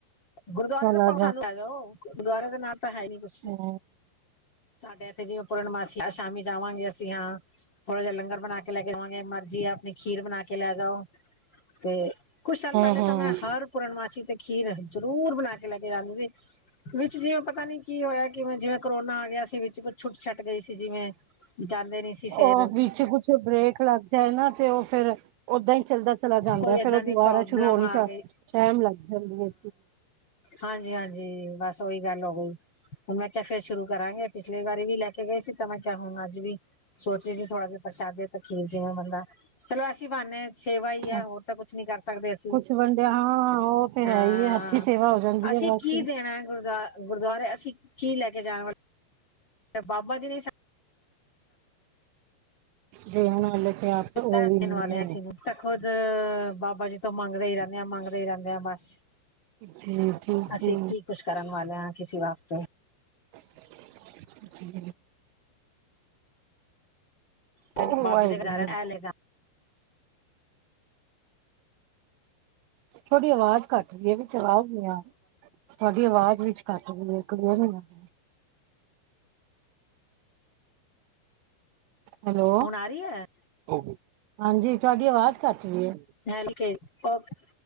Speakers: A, on the left (about 35°); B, on the right (about 85°).
A: ਗੁਰਦੁਆਰੇ
B: ਚਲਾ
A: ਦਾ ਸਾਨੂੰ ਹੈਲੋ ਗੁਰਦੁਆਰੇ ਦੇ ਨ ਤਾਂ ਹੈ ਨੀ ਕੁਝ
B: ਹੂੰ
A: ਸਾਡੇ ਇੱਥੇ ਜਿਵੇਂ ਪੂਰਨਮਾਸੀ ਸ਼ਾਮੀ ਜਾਵਾਂਗੇ। ਅਸੀਂ ਹਾਂ। ਥੋੜਾ ਜਿਆ ਲੰਗਰ ਬਣਾ ਕੇ ਲੈ ਕੇ ਜਾਵਾਂਗੇ। ਮਰਜੀ ਆ ਆਪਣੀ ਖੀਰ ਬਣਾ ਕੇ ਲੈ ਜਾਓ। ਤੇ ਕੁਛ ਸਾਲ ਪਹਿਲੇ
B: ਹੂੰ
A: ਤਾਂ ਮੈਂ
B: ਹੂੰ
A: ਹਰ ਪੂਰਨਮਾਸੀ ਤੇ ਖੀਰ ਜ਼ਰੂਰ ਬਣਾ ਕੇ ਲੈ ਕੇ ਜਾਂਦੇ ਸੀ। ਵਿੱਚ ਜਿਵੇਂ ਪਤਾ ਨੀ ਕੀ ਹੋਇਆ ਕਿਵੇਂ ਜਿਵੇਂ ਕਰੋਨਾ ਆ ਗਿਆ ਵਿੱਚ ਛੁੱਟ ਛੱਟ ਗਈ ਸੀ ਜਿਵੇਂ ਜਾਂਦੇ ਨਹੀਂ ਸੀ। ਫੇਰ
B: ਉਹ ਵਿੱਚ ਕੁਛ ਬ੍ਰੇਕ ਲੱਗ ਜਾਏ ਨਾ ਤੇ ਉਹ ਫਿਰ ਓਦਾਂ ਈ ਚੱਲਦਾ ਚਲਾ ਜਾਂਦਾ
A: ਕੋਈ
B: ਐ।
A: ਏਦਾਂ
B: ਫੇਰ ਉਹ ਦੁਬਾਰਾ
A: ਦੀ ਪ੍ਰੋਬਲਮ
B: ਸ਼ੁਰੂ ਹੀ
A: ਆ
B: ਚ
A: ਗਈ
B: ਟਮ ਲੱਗ ਜਾਂਦੀ ਏ।
A: ਹਾਂਜੀ, ਹਾਂਜੀ ਬਸ ਉਹੀ ਗੱਲ ਹੋ ਗਈ। ਹੁਣ ਮੈਂ ਕਿਹਾ ਫੇਰ ਸ਼ੁਰੂ ਕਰਾਂ ਗੇ। ਪਿਛਲੀ ਵਾਰੀ ਵੀ ਲੈ ਕੇ ਗਏ ਸੀ ਤਾਂ ਮੈਂ ਕਿਹਾ ਹੁਣ ਅੱਜ ਵੀ। ਸੋਚੇ ਸੀ ਥੋੜ੍ਹਾ ਜਿਹਾ ਪ੍ਰਸ਼ਾਦੇ ਤਾਂ ਖੀਰ ਜਵੇ ਬੰਦਾ ਚਲੋ ਅਸੀਂ ਪਾਉਨਦੇ ਹੀ ਸੇਵਾ
B: ਹਾਂ,
A: ਆ ਹੋਰ ਤਾਂ ਕੁਛ ਨੀ ਕਰ ਸਕਦੇ ਅਸੀਂ
B: ਕੁਛ ਵੰਡਿਆ ਹਾਂ ਉਹ ਤੇ
A: ਹਾਂ
B: ਹੈ ਹੀ ਹੈ ਹੱਥੀ ਸੇਵਾ ਹੋ ਜਾਂਦੀ
A: ਅਸੀਂ
B: ਹੈ ਬਸ
A: ਕੀ ਦੇਣਾ ਗੁਰਦੁਆ ਗੁਰਦੁਆਰੇ? ਅਸੀਂ ਕੀ ਲੈ ਕੇ ਜਾਣਾ ਵਾਲੇ? ਤੇ ਬਾਬਾ ਜੀ ਨ
B: ਦੇ ਐਨਾ ਲੱਛੀਆ ਤੋਂ
A: ਦਿੱਤਾ
B: ਉਹੀ
A: ਦੇਣ
B: ਲੁਨੇ
A: ਵਾਲੇ ਹਾਂ ਅਸੀਂ
B: ਹੈ
A: ਨੂੰ ਤਾਂ, ਖੁਦ ਬਾਬਾ ਜੀ ਤੋਂ ਮੰਗਦੇ ਹੀ ਰਹਿੰਦੇ, ਆ ਮੰਗਦੇ ਹੀ ਰਹਿੰਦੇ, ਆ ਬਸ।
B: ਜੀ -ਜੀ, ਜੀ।
A: ਅਸੀਂ ਕੀ ਕੁਛ ਕਰਨ ਵਾਲਾ, ਕਿਸੀ ਵਾਸਤੇ
B: <inaudible> ਜੀ।
A: ਤੈਨੂੰ
B: ਉਹ
A: ਬਾਬੇ
B: ਵਾਹਿਗੁਰੂ
A: ਦੇ ਘਰੇ, ਐ ਲੇ ਜਾ।
B: ਤੁਹਾਡੀ ਆਵਾਜ਼ ਘੱਟ ਦੀਈ ਹੈ, ਵੀਚ ਆਵਾਜ਼ ਨਹੀ ਆ ਰਹੀ, ਤੁਹਾਡੀ ਆਵਾਜ਼ ਵਿੱਚ ਕਠ ਵੀ ਇੱਕ <unintelligible> ਹੈਲੋ,
A: ਹੁਣ ਆ ਰਹੀ ਹੈ
B: <unintelligible> ਹਾਂਜੀ ਤੁਹਾਡੀ ਅਵਾਜ਼ ਘਟ ਰੀ ਐ।
A: ਹਲਕੇ ਓਕੇ,